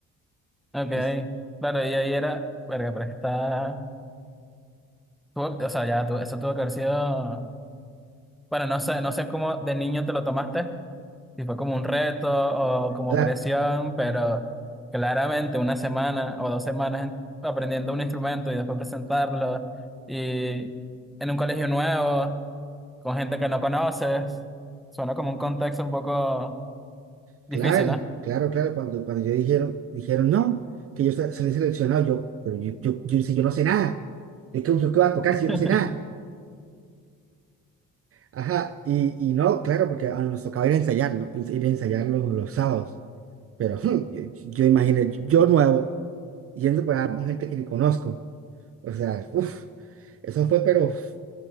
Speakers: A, in the centre; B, on the right (about 50°).
A: Ok,
B: Pues,
A: claro, y ahí era, verga, pero es que está, tuvo- o sea, ya, tu- eso tuvo que haber sido, bueno, no sé, no sé cómo de niño te lo tomaste. Sí, fue como un reto o como
B: la-
A: presión, pero claramente una semana o dos semanas en- aprendiendo un instrumento y después presentarlo y en un colegio nuevo, con gente que no conoces, suena como un contexto un poco difícil,
B: Claro,
A: ¿no?
B: claro, claro. Cuando, cuando yo dijeron, dijeron no, que yo sa- salí seleccionado, yo, pero yo, yo, yo, si yo no sé nada. Es que usted qué va a tocar
A: <laughs>
B: si yo no sé nada. Ajá, y, y no, claro, porque a- nos tocaba ir a ensayar, ¿no? Ir ir a ensayar los, los sábados. Pero <laughs> hmm, yo, yo imaginé, yo nuevo, yendo para allá con gente que ni conozco. O sea, uff, eso fue, pero uf,